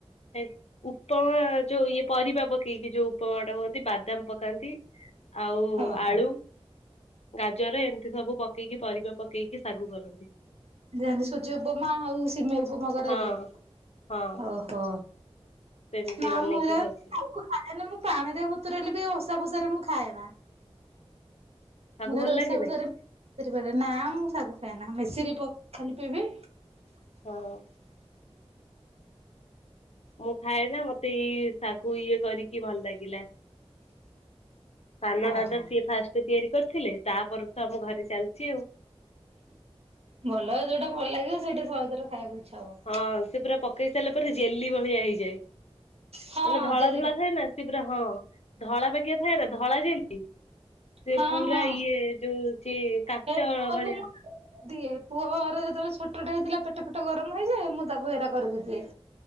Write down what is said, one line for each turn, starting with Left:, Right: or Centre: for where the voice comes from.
Left: ଏକ ଉପମା ଯୋଉ ଇଏ ପରିବା ପକେଇକି ଯୋଉ ଉପମା ଟା ହୁଅନ୍ତି ବାଦାମ ପକାନ୍ତି ଆଉ
Right: ଓହୋ
Left: ଆଳୁ, ଗାଜର ଏମିତି ସବୁ ପକେଇକି ପରିବା ପକେଇ କି ସାଗୁ କରନ୍ତି।
Right: ଯେମତି ସୁଜି ଉପମା ଆଉ ସିମେଇ ଉପମା କରାଯାଏ।
Left: ହଁ ହଁ
Right: ଓହୋ
Left: ସେମିତି
Right: ନାଁ
Left: ବନେଇକି
Right: ମୁଁ ହେରା
Left: ଖାଉଥିଲି
Right: ନାଁ ନାଁ ମୁଁ ପାଣିରେ ବତୁରେଇଲେବି ଓସା ଭୁସାରେ ମୁଁ ଖାଏ ନା।
Left: ଶାଗୁ
Right: ମୁ ଖାଲି
Left: ଭଲ
Right: ଓଷା
Left: ଲାଗେ
Right: ଭସାରେ
Left: ନା କି?
Right: ବି <unintelligible> ନା ମୁଁ ଶାଗୁ ଖାଏ ନା ଅମେଇ ମିଶିରି ପ ଖାଲି ପିଇବି।
Left: ହଁ ମୁଁ ଖାଏନା ମତେ ଇଏ ଶାଗୁ ଇଏ କରିକି ଭଲ ଲାଗିଲା। ସାନ
Right: ଓହୋ।
Left: ଦାଦା ସିଏ ଫାଷ୍ଟେ ତିଆରି କରିଥିଲେ। ତାପରେ ତ ଆମ ଘରେ ଚାଲିଚି ଆଉ।
Right: ଭଲ ଯୋଉଟା ଭଲ ଲାଗିଲା ସେଇଟା ସହଜରେ ଖାଇବାକୁ ଇଚ୍ଛା ହବ।
Left: ହଁ ସେ ପୁରା ପକେଇ ସାରିଲା ପରେ ଜେଲି ଭଳିଆ ହେଇଯାଏ।
Right: ହଁ
Left: ମାନେ ଧଳା
Right: ଜେଲିଟା
Left: ଧଳା ଥାଏ ନା। ସିଏ ପୁରା ହଁ ଧଳା ପାଗିଆ ଥାଏ ନା ଧଳା ଯେଲି। ସେ
Right: ହଁ
Left: ପୁରା
Right: ହଁ
Left: ଇଏ ଯୋଉ ସେ କାଚ
Right: ହେ ପୁଅକୁ
Left: ଭଳିଆ।
Right: ମୁଁ ଦିଏ ପୁଅ ର ଯେତେବେଳେ ଛୋଟଟେ ହେଇଥିଲା ପେଟ ଫେଟ ଗରମ ହେଇଯାଏ ମୁଁ ତାକୁ ଏରା କରିକି ଦିଏ।